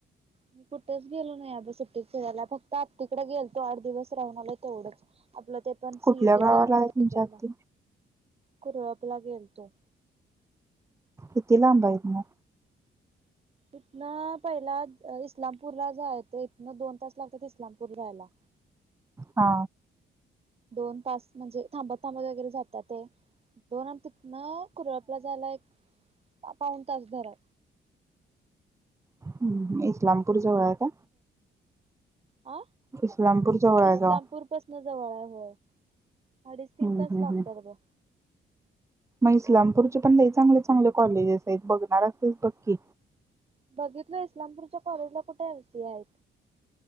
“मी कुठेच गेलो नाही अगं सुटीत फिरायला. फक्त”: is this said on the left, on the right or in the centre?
Right